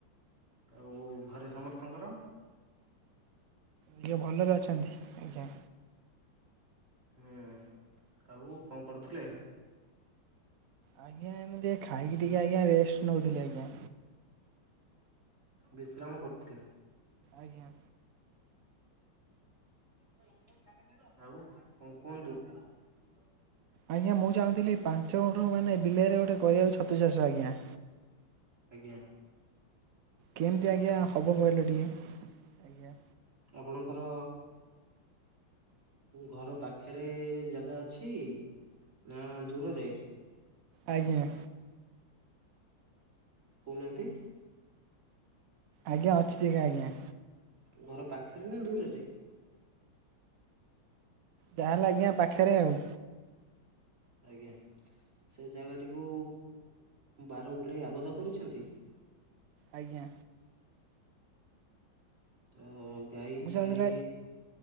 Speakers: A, on the right (about 35°); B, on the right (about 75°).
A: ଆଉ ଘରେ ସମସ୍ତଙ୍କର
B: କିଏ ଭଲରେ ଅଛନ୍ତି ଆଜ୍ଞା।
A: ହୁଁ ଆଉ କଣ କରୁଥିଲେ।
B: ଆଜ୍ଞା ଏମିତି ଖାଇକି ଟିକେ ଆଜ୍ଞା ରେଷ୍ଟ ନଉଥିଲି ଆଜ୍ଞା।
A: ବିଶ୍ରାମ କରୁଥିଲେ।
B: ଆଜ୍ଞା।
A: ଆଉ କଣ କୁହନ୍ତୁ।
B: ଆଜ୍ଞା ମୁଁ ଚାହୁଁଥିଲି ପାଞ୍ଚ ଗୁଣ୍ଠରୁ ମାନେ ବିଲେରେ ଗୋଟେ କରିବାକୁ ଛତୁ ଚାଷ ଆଜ୍ଞା।
A: ଆଜ୍ଞା।
B: କେମତି ଆଜ୍ଞା ହବ କହିଲ ଟିକେ ଆଜ୍ଞା।
A: ଆପଣଙ୍କର ଘର ପାଖରେ ଜାଗା ଅଛି ନା ଦୂରରେ।
B: ଆଜ୍ଞା।
A: କହୁନାହାନ୍ତି।
B: ଆଜ୍ଞା ଅଛି ଆଜ୍ଞା।
A: ଘର ପାଖରେ ନା ଦୂରରେ।
B: ଯାହାଲେ ଆଜ୍ଞା ପାଖରେ ଆଉ।
A: ଆଜ୍ଞା। ସେ ଜାଗାଟିକୁ ବାର ବୁଲେଇ ଆବଦ୍ଧ କରିଛନ୍ତି।
B: ଆଜ୍ଞା
A: ତ ଗାଈ
B: ମୁଁ
A: ଛେଳି
B: ଚାହୁଁଥିଲି